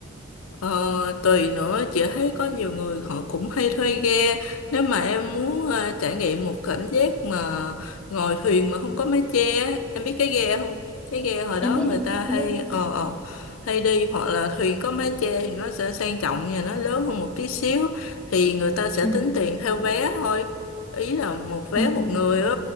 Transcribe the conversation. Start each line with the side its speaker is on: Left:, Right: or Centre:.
Left: Ờ, tùy nữa chị thấy có nhiều người họ cũng hay thuê ghe nếu mà em muốn ờ, trải nghiệm một cảm giác mà ngồi thuyền mà không có mái che á, em biết cái ghe không cái ghe hồi đó
Centre: Em biết
Left: người
Centre: em
Left: ta hay
Centre: biết.
Left: ờ ờ, hay đi hoặc là thuyền có mái che thì nó sẽ sang trọng và nó lớn hơn một tí xíu thì người ta sẽ
Centre: Ừ.
Left: tính tiền theo vé thôi ý là một vé
Centre: Ừ.
Left: một
Centre: Ừ.
Left: người á